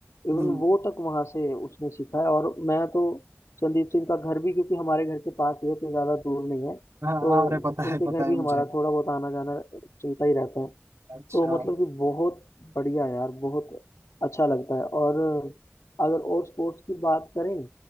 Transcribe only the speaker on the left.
इवन
वो तक वहाँ से उसने सीखा है और मैं तो संदीप सिंह का घर भी क्योंकि हमारे घर के पास ही है तो ज़्यादा दूर नहीं है
तो
उनके
घर भी
हमारा थोड़ा बहुत आना जाना चलता ही रहता है
तो मतलब कि बहुत बढ़िया यार बहुत अच्छा लगता है और अगर और स्पोर्ट्स की बात करें